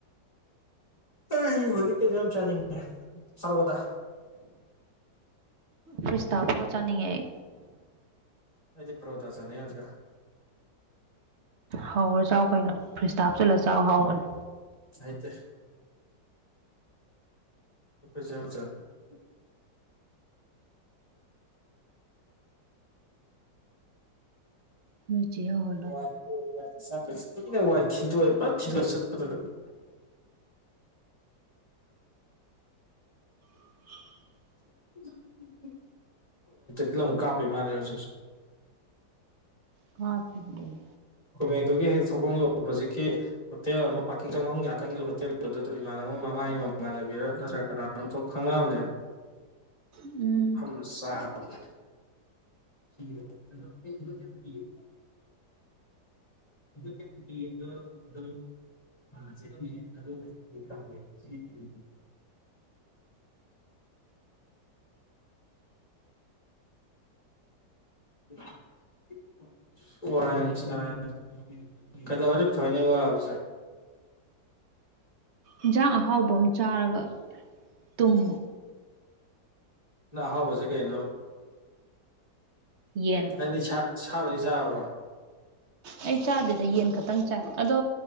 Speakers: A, on the left (about 20°); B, on the right (about 50°).
A: ꯑꯩ ꯍꯧꯖꯤꯛ ꯀꯩꯅ‌ꯣ ꯌꯥꯝ ꯆꯥꯅꯤꯡꯅꯦ ꯐꯔ‌ꯣꯗ
B: ꯐ꯭ꯔꯤꯁꯇ ꯍꯥꯞꯄꯒ ꯆꯥꯅꯤꯡꯉꯦ ꯑꯩ
A: ꯑꯩꯗꯤ ꯐꯔꯣꯗꯥ ꯆꯅꯤꯡ ꯍꯥꯏꯖ‌ꯦ
B: ꯍꯥꯎꯔ ꯆꯥꯎ ꯀꯩꯅꯣ ꯐ꯭ꯔꯤꯁꯇꯥ ꯍꯥꯞ ꯆꯜꯂ ꯆꯥꯎ ꯍꯥꯎꯕꯅꯦ
A: ꯍꯩ ꯇ‌ꯦ <unintelligible>
B: ꯃꯤꯆꯦꯜ
A: ꯋꯥꯏꯀ‌ꯣ ꯋꯥꯏ <unintelligible> ꯊꯤꯅ ꯋꯥꯏ ꯊꯤꯟꯗꯣꯛꯑꯦ ꯄ ꯊꯤꯟꯗꯣꯛꯑꯦ ꯆꯠꯄꯗꯗ <inaudible>
B: <unintelligible>
A: <inaudible> ꯄꯤꯂꯝ ꯀꯥꯄꯤ ꯃꯥ ꯍꯧꯖꯦꯛꯁꯨ
B: ꯀꯥꯞꯄꯤꯅ‌ꯦ
A: ꯀꯃꯦꯛꯇꯒꯤ ꯍꯦꯛ ꯊꯧꯐꯝ ꯌꯔ ꯍꯧꯖꯤꯛꯀꯤ ꯍꯣꯇꯦꯜ ꯑꯃ ꯄꯥꯔꯀꯤꯡ ꯆꯪꯐꯝ ꯉꯥꯛꯀꯟꯒꯤ ꯍꯣꯇꯦꯜ ꯑꯗꯨ ꯑꯗꯣ ꯏꯃꯥꯟꯅꯕꯣꯏ ꯃꯃꯥꯡꯒꯤ ꯃꯃ ꯃꯥꯟꯅꯕꯤꯔ ꯅꯠꯇ꯭ꯔꯒ ꯀꯅꯥ ꯑꯃꯝ ꯊꯣꯛ ꯈꯪꯅꯕꯅꯦꯕ
B: ꯎꯝ
A: ꯐꯝꯃꯥ ꯆꯔꯒꯤ <unintelligible> <inaudible> <inaudible> <unintelligible> ꯋꯥꯏꯌꯦ <unintelligible> ꯀꯩꯗꯧꯔꯗꯤ ꯐꯅꯤ ꯋꯥꯕꯁꯦ
B: ꯏꯟꯁꯥꯡ ꯑꯍꯥꯎꯕ ꯑꯃ ꯆꯥꯔꯒ ꯇꯨꯝꯃꯨ
A: ꯅ ꯍꯥꯎ ꯍꯧꯁꯦ ꯀꯩꯅ
B: ꯌꯦꯁ
A: ꯪꯗꯤ ꯁꯥꯠ ꯂꯣꯏ ꯆꯥꯕ꯭ꯔꯣ
B: ꯑꯩ ꯆꯥꯗꯦꯗ ꯌꯦꯟ ꯈꯛꯇꯪ ꯆꯥꯏ ꯑꯗꯣ